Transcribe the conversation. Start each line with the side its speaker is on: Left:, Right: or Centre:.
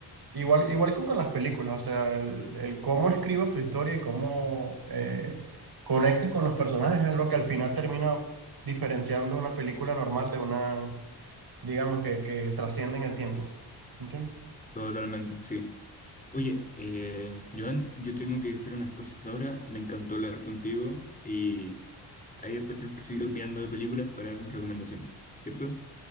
Right: Igual, igual que con las películas, o sea, el, el cómo escribas tu historia y cómo eh, conectas con los personajes es lo que al final termina diferenciando una película normal de una, digamos, que, que trasciende en el tiempo. ¿Entiendes?
Left: Totalmente, sí. Oye, eh, Joan, yo tengo que hacer unas cosas ahora. Me encantó hablar contigo y ahí después tenemos que seguir opinando de películas para darnos recomendaciones, ¿cierto?